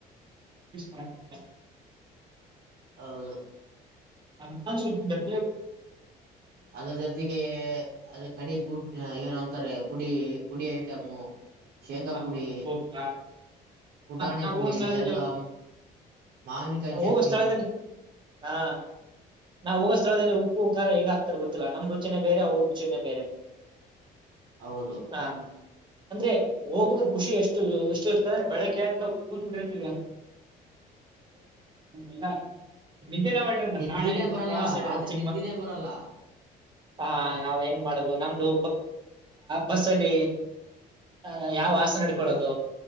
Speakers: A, on the right; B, on the right.
A: ಮಾಡಿರ್ತಾರೆ
B: ಹೌದು
A: ಅನ್ಕೋಡಿದ್ದೆ
B: ಅದ್ರ ಜೊತೆಗೆ ಅದ ಕಡಿ ಪುಡಿ ಏನು ಅಂತರ ಅಂದ್ರೆ ಪುಡಿ ಪುಡಿ ಐಟಮು ಶೇಂಗಾ
A: ಹ
B: ಪುಡಿ
A: ಹ
B: ಪುಟಾಣಿ
A: ನ
B: ಪುಡಿ
A: ಸಾ
B: ಎಲ್ಲಾ ಮಾವಿನಕಾಯಿ ಚಟ್ನಿ
A: ಹೋಗಷ್ಟಳ ಹಾ ನಾವು ಹೋಗೋ ಸ್ಥಳದಲ್ಲಿ ಉಪ್ಪು ಖಾರ ಹೇಗ್ ಆಗ್ತಾರ ಗೊತ್ತಿಲ್ಲ ನಮ್ ರುಚಿನೇ ಬೇರೆ ನಮ್ ರುಚಿನೇ ಬೇರೆ ಅವರ ರುಚಿನೇ ಬೇರೆ
B: ಹೌದು
A: ಹಾ ಅಂದ್ರೆ ಹೋಗುದ ಖುಷಿ ಎಷ್ಟು ಎಷ್ಟು ಇರ್ತ್ರೆ ಅಂದ್ರೆ ಬೆಳಗ್ಗೆ ಎದ್ದು ಬಿರ್ತವಿ ಇಲ್ಲ ನಿದ್ದಿನೇ ಮಾಡಿಲ್ಲ
B: ನಿದ್ದಿನೇ
A: ನಾಳೆ
B: ಬರಲ್ಲ
A: ಪ್ರವಾಸ ಇದೆ
B: ರಾತ್ರಿ
A: ಚಿಕ್ಕಮಂಗಳೂರು
B: ನಿದ್ದಿನೇ ಬರಲ್ಲ
A: ಹಾ ನಾವ ಹೆಂಗ್ ಮಾಡುದು ನಮ್ದು ಬಸ್ಸಲ್ಲಿ ಅ ಯಾವ್ ಆಸನ ಹಿಡಿದುಕೋಳೋದೂ